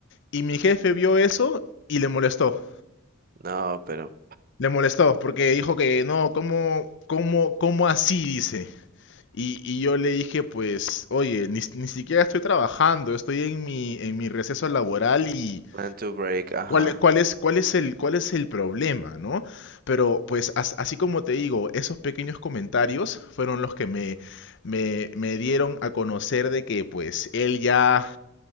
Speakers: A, on the left; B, on the right.
A: Y mi jefe vio eso y le molestó.
B: No, pero
A: Le molestó porque dijo que no, ¿cómo, cómo, cómo así? Dice. Y, y yo le dije, pues, oye, ni, ni siquiera estoy trabajando, estoy en mi, en mi receso laboral y
B: plan to break, ajá.
A: ¿cuál, cuál es, cuál es el, cuál es el problema, ¿no? Pero pues as- así como te digo, esos pequeños comentarios fueron los que me, me, me dieron a conocer de que pues él ya